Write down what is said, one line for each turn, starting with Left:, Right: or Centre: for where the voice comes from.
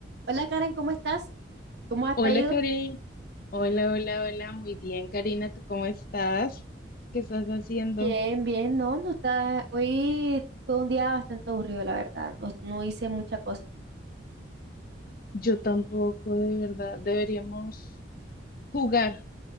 Right: Hola Karen, ¿cómo estás? ¿Cómo has
Left: Hola,
Right: ido?
Left: Karina. Hola, hola, hola. Muy bien, Karina. ¿Tú cómo estás? ¿Qué estás haciendo?
Right: Bien, bien, no, no está. Hoy fue un día bastante aburrido, la verdad. No, no hice mucha cosa.
Left: Yo tampoco, de verdad. Deberíamos jugar.